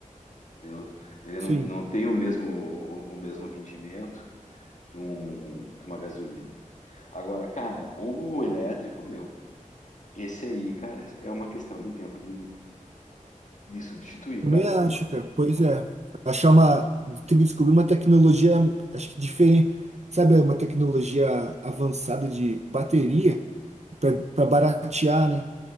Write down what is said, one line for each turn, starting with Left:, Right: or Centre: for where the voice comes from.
Left: Ele não, ele
Right: Sim.
Left: não, não tem o mesmo o, o mesmo rendimento que um que uma gasolina. Agora, cara, o elétrico, meu, Esse aí, cara, é uma questão de tempo de, de substituir,
Right: Também
Left: cara. O,
Right: acho,
Left: po-
Right: cara. Pois
Left: o-
Right: é. Achar uma. Tem que descobrir uma tecnologia, acho que diferente. Sabe, uma tecnologia avançada de bateria para baratear, né?